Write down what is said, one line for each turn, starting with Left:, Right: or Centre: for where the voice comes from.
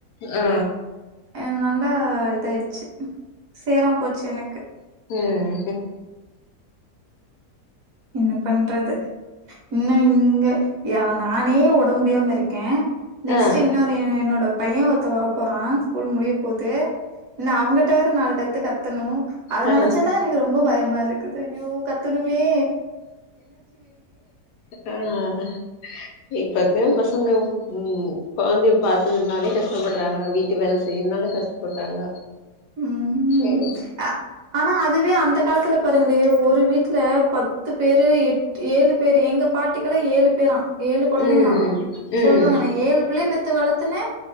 Left: ஆ
Right: எ அதனால்லா நல்லா இதாயடுச்சு சேராம் போச்சு எனக்கு
Left: உஹம்
Right: என்ன பண்றது இன்னு இங்க யா நானே உடம்பு முடியாம இருக்கே நெக்ஸ்ட்
Left: ஆ
Right: இன்னொரு என்னோட பைய ஒருத்த வர போறா ஸ்கூல் முடிய போகது நா அவங்கிட்ட வேற நாலு கத்து கத்தணு அத
Left: ஆ
Right: நனச்சா தா எனக்கு ரொம்ப பயம் மரு க்குது யூ கத்தனுமே
Left: ஆஹ் இப்பக்குற பசங்க உம் கொழந்தைய பாத்துக்கறனாலே கஷ்டப்படுறாங்க வீட்டு வேல செய்யுனுனாலே கஷ்டப்படுறாங்க
Right: ம்
Left: உம்
Right: அ ஆனா அதுவே அந்த காலத்துல பாருங்களே ஒரு வீட்டுல பத்து பேரு எட் ஏழு பேரு எங்க பாட்டிக்குள்ள ஏழு பேரா ஏழு கொழந்தைங்களா
Left: ம் ம்
Right: சொல்லுவாங்க நா ஏழு பிள்ளைய பெத்து வளத்துனே